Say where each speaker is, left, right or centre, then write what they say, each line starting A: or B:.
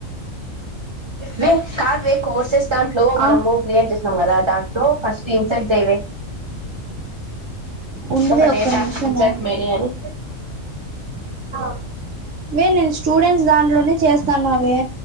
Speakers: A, on the right; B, on the right.
A: వే కాదు వే కోర్సెస్ దాంట్లో మనము
B: ఆ
A: క్లియర్ చే అప్పుడు ఫస్ట్ ఇన్సర్ట్ చెయ్యావే
B: ఉండవే
A: ఒక
B: ఒక్క
A: డేటా
B: నిమిషము
A: ఇన్ షార్ట్ మేని అని అ
B: వే నేను స్టూడెంట్స్ దాంట్లోనే చేస్తాన్నావే